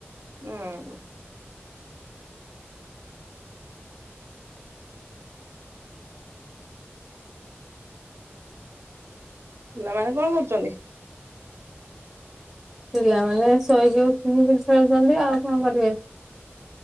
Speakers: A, on the right; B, in the centre.
A: ଉଁ ଗୁଁ। ପିଲାମାନେ କଣ କରୁଚନ୍ତି?
B: ପିଲାମାନେ ଶୋଇକି ଉିିଠିକି ଖେଳୁଛନ୍ତି ଆଉ କଣ କରିବେ।